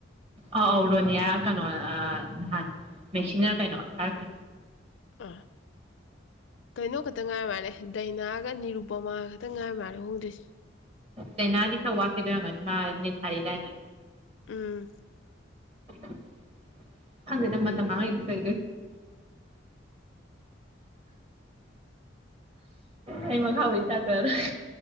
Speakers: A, on the right (about 30°); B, on the left (about 75°).
A: ꯑꯧ ꯑꯧ ꯔꯣꯅꯤꯌꯥ ꯀꯩꯅꯣ ꯅꯍꯥꯟ ꯃꯦꯛꯁꯤꯟꯅꯔ ꯀꯩꯅꯣ ꯊꯥꯔꯛꯀꯦ
B: ꯑꯥ ꯀꯩꯅꯣ ꯈꯛꯇ ꯉꯥꯏ ꯃꯥꯜꯂꯦ ꯗꯥꯏꯅꯥꯒ ꯅꯤꯔꯨꯄꯃꯥꯒ ꯈꯛꯇꯪ ꯉꯥꯏ ꯃꯥꯜꯂꯦ ꯍꯣꯡꯗ꯭ꯔꯤꯁꯦ
A: ꯗꯥꯅꯥꯗꯤ ꯈꯔ ꯋꯥꯈꯤꯗꯣꯏꯔꯝꯒꯅꯤ ꯃꯥ ꯃꯤꯠ ꯊꯥꯔꯤꯗꯥꯏꯅ
B: ꯑꯥ
A: <inaudible> ꯍꯪꯦ ꯅꯃ ꯇ ꯃꯥ ꯏ ꯀ ꯑꯩ ꯃꯒ ꯍ ꯑꯣꯏꯣꯏ ꯇ ꯈ <inaudible>